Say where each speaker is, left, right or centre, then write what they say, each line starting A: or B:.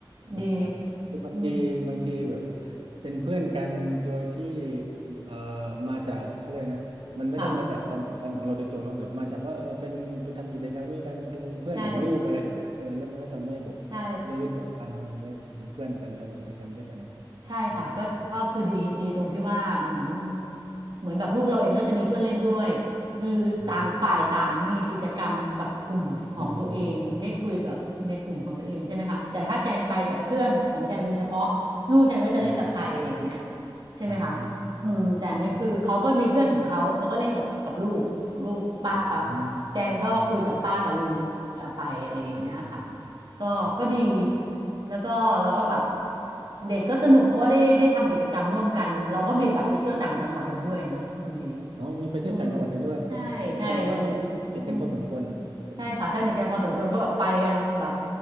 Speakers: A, on the right; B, on the right.
A: ดี
B: ครับคือบางทีบางทีแบบ
A: อืม
B: เป็นเพื่อนกันโดยที่เอ่อมาจากเขาเรียกนะมันไม่ได้มาจากความสัมพันธ์ของเราโดยตรงหรอกแบบมาจากว่าเออเป็นเป็นทำกิจกรรมด้วยกันเป็นเพื่อนของลูกอะไรเออแล้วมันก็ทำให้แบบก็ได้รู้จักกันและเป็นเพื่อนกันทำกิจกรรมด้วยกัน
A: ค่ะใช่ใช่ ใช่ค่ะก็ก็คือดีดีตรงที่ว่าเหมือน
B: อืม
A: เหมือนแบบลูกเราเองก็จะมีเพื่อนเล่นด้วยคือต่างฝ่ายต่างมีกิจกรรมกับกลุ่มของตัวเองได้คุยกับในกลุ่มของตัวเองใช่ไหมคะแต่ถ้าแจงไปกับเพื่อนของแจงโดยเฉพาะลูกแจงก็จะเล่นกับใครอะไรอย่างเงี้ย
B: อ่าอืมอืมอืม
A: ใช่ไหมคะ
B: อ่า
A: อืมแต่อันเนี้ยคือเขาก็มีเพื่อนของเขาเขาก็เล่นกับกับลูกลูกป้าเขา
B: ครับอืมอืมอืม
A: แจงก็คุยกับป้ากับลุงเอ่อไปอะไรอย่างเงี้ยค่ะ
B: อืมอืม
A: ก็ก็ดี
B: ครับครับ
A: แล้วก็เราก็แบบเด็กก็สนุกเพราะว่าได้ได้ทำกิจกรรมร่วมกันเราก็มีแบบไปเที่ยวต่างจังหวัดกันด้วยนะคุณดี
B: อ๋อมีไปเที่ยวต่างจังหวัดกันด้วยอ๋อสนิทเออนี่ก็สนิทกันพอสมควรนะพูดถึง
A: อืมใช่ใช่แล้วอืม ใช่ค่ะสนิทกันพอสมควรก็แบบไปกันแบบ